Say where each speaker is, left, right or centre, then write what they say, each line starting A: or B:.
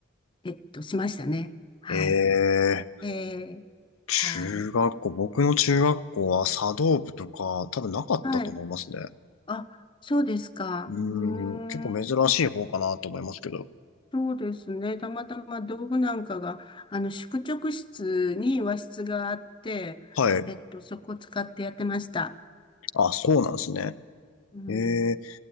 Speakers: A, on the left; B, on the left.
A: えっと、しましたね。はい。
B: ええ、
A: えー、はい。
B: 中学校、僕の中学校は茶道部とか、多分なかったと思いますね。
A: はい。あ、そうですか。
B: う
A: うーん。
B: ーん、結構珍しい方かなと思いますけど。
A: そうですね。たまたま道具なんかが、あの、宿直室に和室があって、
B: はい。
A: えっと、そこを使ってやってました。
B: あ、そうなんですね。
A: うん。
B: ええ、